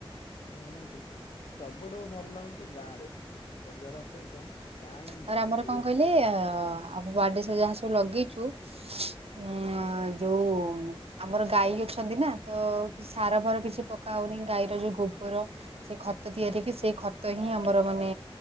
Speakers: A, on the left; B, on the right.
A: ନିହାତି ସବୁଠୁ ଭଲ ଲାଗୁଛି ଗାଁରେ ବଜାର ଅପେକ୍ଷା ଗାଁ ହିଁ
B: ତାପରେ
A: ଭଲ
B: ଆମର
A: ପରିବେଶ
B: କଣ କହିଲେ
A: ଭଲ।
B: ହଁ। ଆମ ବାଡ଼ିରେ ସବୁ ଯାହା ସବୁ ଲଗେଇଛୁ ଉଁ ଯୋଉ ଆମର ଗାଈ ଅଛନ୍ତି ନା ତ ସାର ଫାର କିଛି ପକା ହଉନି ଗାଈର ଯୋଉ ଗୋବର। ସେଇ ଖତ ତିଆରି ହେ କି ସେଇ ଖତ ହିଁ ଆମର ମାନେ